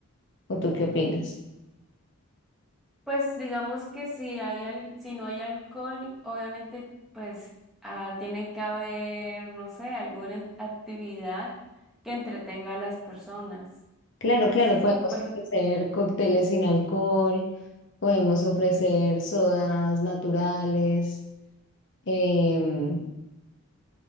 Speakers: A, on the left (about 55°); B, in the centre.
A: ¿o tú qué opinas?
B: Pues digamos que si hay al- si no hay alcohol, obviamente pues ah, tiene que haber, no sé, alguna en- actividad que entretenga a las personas.
A: Claro, claro,
B: Sí,
A: podemos
B: pues
A: ofrecer cócteles sin alcohol, podemos ofrecer sodas naturales, em,